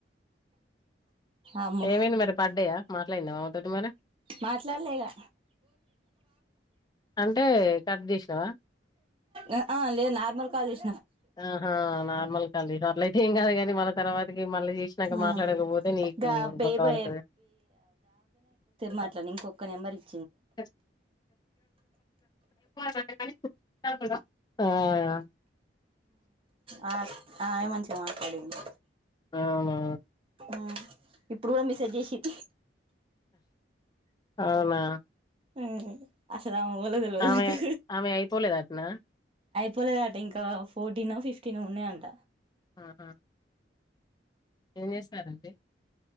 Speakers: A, on the right; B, on the left.
A: అమ్మో
B: ఏమైంది మరి పడ్డాయా మాట్లాడినా వ మామతోటి మరి
A: మాట్లాడలే ఇగా
B: అంటే కట్ జేసినవ
A: అ ఆ లేదు నార్మల్ కాల్ జెస్
B: ఆహా నార్మల్ జెస్ అట్లయితే ఎం కాదు గానీ మనక్ తర్వాతకి మళ్ళీ చేసినాక
A: ఆ
B: మాట్లాడకపోతే నీకు
A: గా బేబే
B: బక్కవడుతది
A: మాట్లాన్న ఇంకొక్క నంబర్ ఇయ్
B: - <unintelligible> <unintelligible> ఆ
A: ఆ ఆమె మంచిగా మాట్లాడింది
B: అవునా
A: ఉమ్ ఇప్పుడు కూడా మెసేజ్ చేసిన్
B: అవునా
A: ఉమ్ అసలు ఆమె ఎవల్లో తెల్వదు
B: ఆమె
A: నాకు
B: ఆమె అయిపోలేదు అటనా
A: పోలేదట ఇంకా ఫోర్టీన్ ఫిఫ్టీన్ ఉన్నాయంట
B: ఆహా ఏం జేస్తారండి